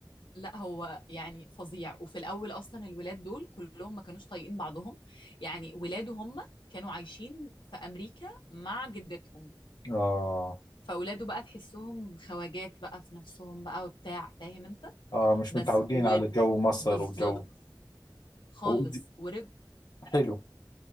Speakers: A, on the left (about 80°); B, on the left (about 60°).
A: لا هو يعني فظيع وفي الاول اصلا الولاد دول كلهم ما كانوش طايقين بعضهم يعني ولاده هم كانوا عايشين في امريكا مع جدتهم
B: اه
A: فاولاده بقى تحسهم خواجات بقى في نفسهم بقى وبتاع فاهم انت
B: اه مش
A: بس
B: متعودين
A: و
B: على جو مصر
A: بالظبط
B: وجو
A: خالص
B: و-
A: ورجعوا
B: حلو